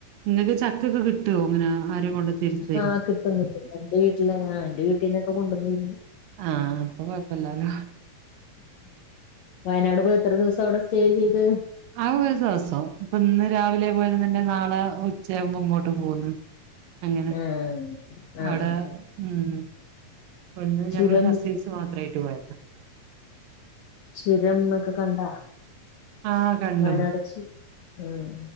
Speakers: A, on the right; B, on the left.
A: ഇങ്ങക്ക് ചക്ക. ഇതൊക്കെ കിട്ടുവോ അങ്ങനെ. ആര് കൊണ്ട് തരും.
B: ആഹ് കിട്ടും കിട്ടും എന്റെ വീട്ടില് അങ്ങാ എന്റെ വീട്ടീനൊക്കെ കൊണ്ടന്ന് തരും,
A: ആഹ് അപ്പൊ കൊഴപ്പല്ലാലോ
B: വയനാട് പോയി എത്ര ദിവസം. അവട സ്റ്റേ ചെയ്ത്
A: ആകെ ഒരു ദിവസോ അപ്പിന്ന് രാവിലെ പോയിരുന്നെങ്കി നാളെ ഉ ഉച്ചയാവുമ്പിങ്ങോട്ട് പോന്ന് അങ്ങനെ
B: ആഹ് ആഹ്
A: അവടെ നിന്നു ഇവ്ട്ന്ന്
B: ചുരം
A: ഞങ്ങള് കസിൻസ് മാത്രായി ട്ട് പോയതാ
B: ചുരം എക്കെ കണ്ടാ
A: ആഹ് കണ്ടു
B: വയനാട് ചു ആഹ്